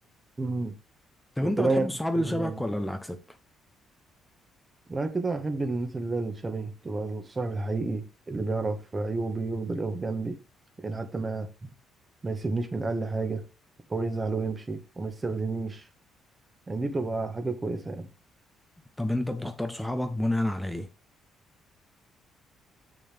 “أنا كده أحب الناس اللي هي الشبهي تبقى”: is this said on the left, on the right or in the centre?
Right